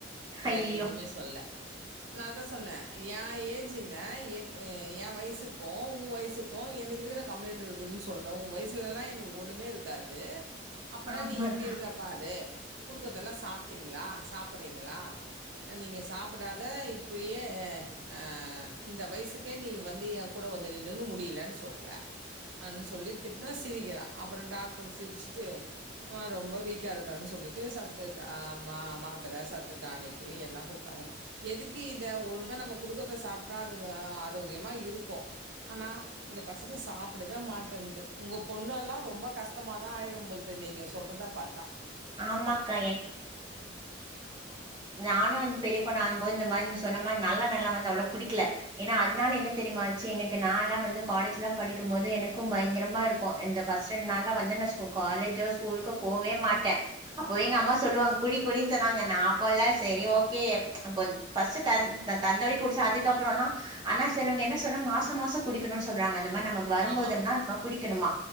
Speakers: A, on the right (about 20°); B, on the right (about 70°).
A: ஐயையோ
B: வேற எதுமே சொல்ல நா அதா சொன்ன எ ஏஜ் என்ன என் எ வயிசுக் கு உ வயசுக்கு எனக்கு இருக்கிற கம்ப்ளைண்ட் இருக்குதுன்னு சொல்ற உ வயசுல எல்லா எங்குளுக்கு ஒண்ணுமே இருக்காது அப்பனா
A: ஆமாக்கா
B: நீ எப்பிடி இருக்கற பாரு குடுக்கறதெல்லா சாப்ட்டிங்ளா சாப்பட்றிங்களா நீங்க சாப்படாத இப்பயே அ இந்த வயசுக்கே நீ வந்து எ கூட வந்து நின்னுகுனு முடியலன் சொல்ற அனு சொல்லி திட்னா சிரிக்கிறா அப்புற டாக்டரு சிரிச்சிட்டு மா ரொம்ப வீக்கா இருக்கான் சொல்லிட்டு சத்து டா மா மாத்தர சத்து டானிக்கு எல்லா குடுத்தாங்க எதுக்கு இத ஒழுங்கா நம்ம குடுக்கறத சாப்ட்டா அதுங்க ஆரோக்கியமா இருக்கு ஆனா இந்த பசங்க சாப்படவே மாட்டேன்து உங்க பொண்ணு எல்லா ரொம்ப கஷ்டமாதா ஆயிடும்பழுது நீங்க சொல்றத பாத்தா
A: ஆமாக்கா. நானு இந்த பெரிய பொண்ணு ஆகும் போது இந்த மாரி நீங்க சொன்ன மாரி நல்லெண்ணெலா வந்து அவ்ள குடிக்கல ஏனா அதனால என்ன தெரிமா ஆச்சு எனக்கு நாலா வந்து காலேஜ்லா படிக்கும் போது எனக்கும் பயங்கரமா இருக்கு இந்த ஃபர்ஸ்ட் ரெண்டு நாள்லா வந்து நா ஸ் காலேஜோ ஸ்கூலுக்கோ போவே மாட்ட அப்பவே எங்கம்மா சொல்லுவாங்க குடி குடின்னு சொன்னாங்க நா அப்போலா செரி ஓகே கொ ஃபர்ஸ்ட் தந் தந்தவரைக் குடிச்ச அதுக்கப்புறல்லா அன்னா சொல்லுவங்க என்ன சொல்வாங் மாச மாச குடிக்கணுன் சொல்றாங்க இந்த மாரி நமக்கு வரும்போதெல்லா
B: ஆமா.
A: நம்ப குடி க்கணுமா